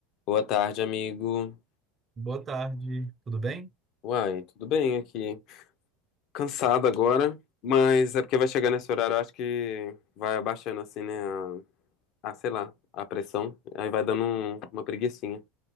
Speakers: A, on the left (about 55°); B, on the right (about 30°).
A: Boa tarde, amigo.
B: Boa tarde, tudo bem?
A: Uai, tudo bem aqui? Cansado agora, mas é porque vai chegar nesse horário, eu acho que vai abaixando assim, né? A, a, sei lá, a pressão. Aí vai dando um- uma preguicinha.